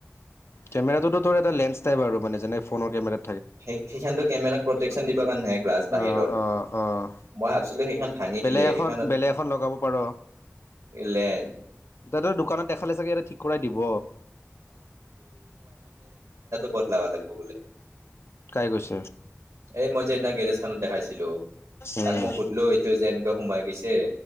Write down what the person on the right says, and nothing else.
সেই সেইখানটো কেমেৰাত প্ৰটেকশচন দিব কাৰণে নে গ্ৰাছ বাহিৰৰ
মই ভাবছিলো সেইখন ভাঙি
দিলে
সেইখনত
লেন
বদলাবা লাগিব বোলে।
এ মই যে সিদিনা গেৰেজ খানত দেখাইছিলো।
তাক মই সুধিলো এইটো যে এনেকুৱা সোমাই গৈছে